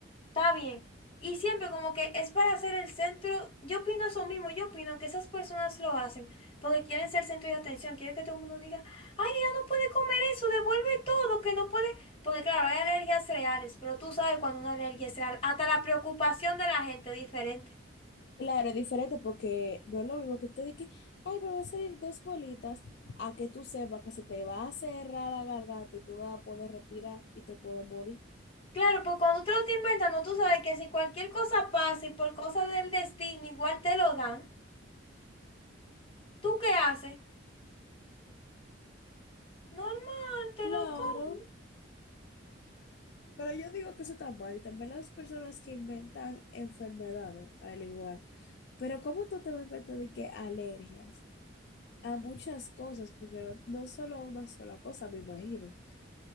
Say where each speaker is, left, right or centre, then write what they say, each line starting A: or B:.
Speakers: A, on the left (about 30°); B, on the left (about 55°).
A: está bien. Y siempre como que es para ser el centro, yo opino eso mismo, yo opino que esas personas lo hacen porque quieren ser centro de atención, quieren que todo el mundo diga, ay, ella no puede comer eso, devuelve todo, que no puede, porque claro, hay alergias reales, pero tú sabes cuando una alergia es real, hasta la preocupación de la gente es diferente.
B: Claro, es diferente porque no es lo mismo que tú digas, ay, me van a salir dos bolitas, a que tú sepas que se te va a cerrar la garganta y tú no vas a poder respirar y te puedes morir.
A: Claro, pues cuando tú lo estás inventando, tú sabes que si cualquier cosa pasa y por cosa del destino igual te lo dan, ¿tú qué haces? Normal, te
B: Claro.
A: lo como.
B: Pero yo digo que eso está mal y también las personas que inventan enfermedades, al igual. Pero ¿cómo tú te vas a inventar de que alergias a muchas cosas? Porque no, no solo a una sola cosa, me imagino.